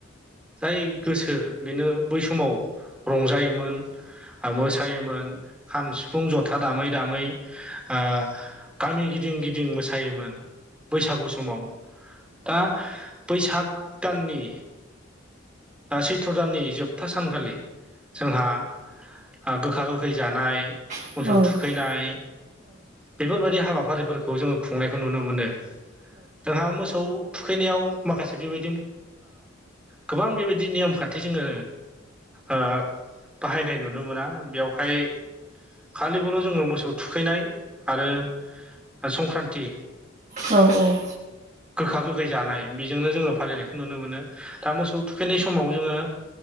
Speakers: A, in the centre; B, on the right (about 40°).
A: जाय गोसो बेनो बै समाव रंजायोमोन। मोसायोमोन खाम सिफुं जथा दामै दामै ओ गामि गिदिं गिदिं मोसायोमोन बैसागु समाव दा बैसाग दाननि सैथ्र' दाननि जोबथा सानखालि जोंहा गोखा गोखै जानाय
B: औ
A: मोसौ थुखैनाय बेफोरबायदि हाबाफारिफोरखौ जोङो खुंनायखौ नुनो मोनो। जोंहा मोसौ थुखैनायाव माखासे बेबायदि गोबां बेबायदि नेयम खान्थि जोङो ओ बाहायनाय नुनो मोना बेयावहाय खालिबोल' जोङो मोसौ थुखैनाय आरो संक्रान्ति
B: औ औ
A: गोखा गोखै जानाय बेजोंनो जोङो फालिनायखौ नुनो मोनो दा मोसौ थुखैनाय समाव जोङो